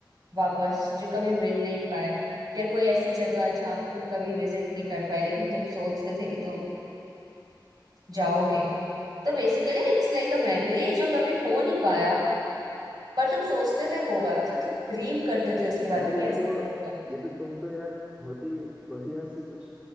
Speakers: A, on the right (about 55°); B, on the right (about 15°).
A: वापस जो कभी मिल नहीं पाए या कोई ऐसी जगह जहाँ पे तुम कभी विजिट नहीं कर पाए लेकिन तुम सोचते थे कि तुम जाओगे तो basically it's like a memory जो कभी हो नहीं पाया पर तुम सोचते थे होगा मतलब तुम ड्रीम करते थे उसके बारे
B: यार
A: में कि
B: ये
A: ऐसा
B: तो
A: होगा
B: ये तो तुम तो यार बहुत ही बढ़िया सी कुछ